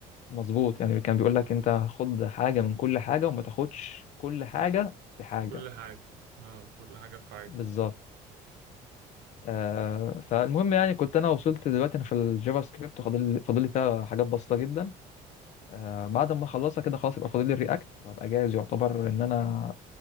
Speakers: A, on the left; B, on the right.
A: مظبوط يعني كان بيقول لك انت خد حاجه من كل حاجه وما تاخدش كل حاجه في حاجه
B: كل حاجة اه كل حاجة في حاجة
A: بالظبط آه فالمهم يعني كنت انا وصلت دلوقتي انا في الجافا سكريبت وفاضل فاضل لي فيها حاجات بسيطه جدا آه بعد ما اخلصها كده خلاص يبقى فاضل لي الرياكت وهبقى جاهز يعتبر ان انا